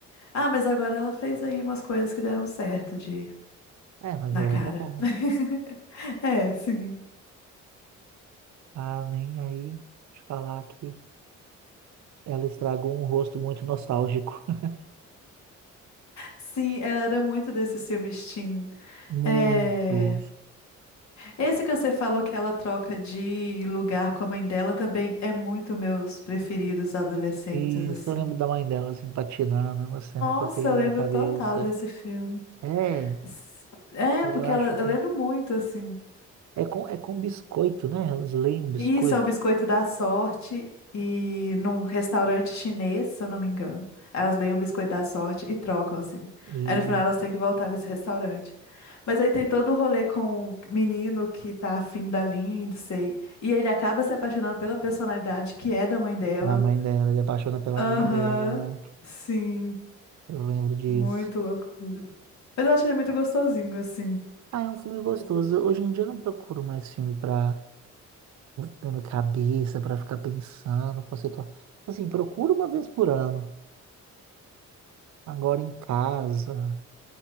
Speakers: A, on the left (about 65°); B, on the right (about 65°).
A: Ah, mas agora ela fez aí umas coisas que deram certo de
B: É, mas
A: na
B: é outra
A: cara.
B: cara.
A: <laughs> É, sim.
B: Ah, nem aí te falar que. Ela estragou um rosto muito nostálgico. <laughs>
A: Sim, ela era muito desses filmes teen.
B: Muito.
A: É, Esse que você falou que ela troca de lugar com a mãe dela também é muito meus preferidos adolescentes,
B: Isso,
A: assim.
B: eu lembro da mãe dela assim patinando, é uma cena
A: Nossa,
B: que eu tenho na
A: eu lembro
B: minha cabeça.
A: total desse filme.
B: É,
A: S- É,
B: eu
A: porque
B: acho
A: ela,
B: que.
A: eu lembro muito, assim.
B: É com, é com biscoito, né? Elas leem biscoito.
A: Isso é o biscoito da sorte e num restaurante chinês, se eu não me engano. Aí Elas leem o biscoito da sorte e trocam, assim.
B: E
A: Aí no final elas têm que voltar nesse restaurante. Mas aí tem todo o rolê com o menino que tá afim da Lindsay. E ele acaba se apaixonando pela personalidade que é da mãe dela.
B: na mãe dela, ele apaixona pela
A: Aham,
B: mãe dela, né?
A: sim,
B: Eu lembro disso.
A: muito louco. Mas eu achei ele muito gostosinho, assim.
B: Ah, é um filme gostoso.
A: de assistir.
B: Hoje em dia eu não procuro mais filme pra, pra minha cabeça, pra ficar pensando, conceituar. Assim, procuro uma vez por ano. Agora em casa,